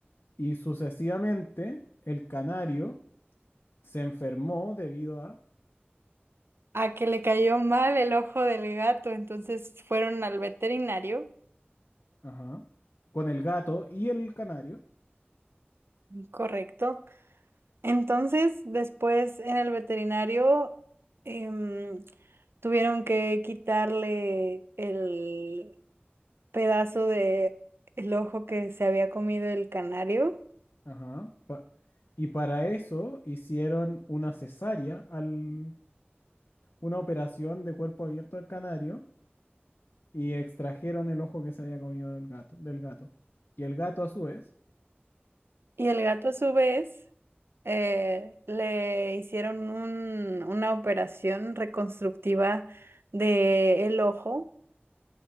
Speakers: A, on the left; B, on the right.
A: Y sucesivamente el canario se enfermó debido a,
B: A que le cayó mal el ojo del gato, entonces fueron al veterinario,
A: ajá, con el gato y el canario.
B: correcto. Entonces, después en el veterinario em, tuvieron que quitarle el pedazo de el ojo que se había comido el canario.
A: Ajá. pa- y para eso hicieron una cesárea, al, una operación de cuerpo abierto al canario y extrajeron el ojo que se había comido del gato, del gato. Y el gato a su vez
B: Y el gato a su vez eh, le hicieron un- una operación reconstructiva del ojo.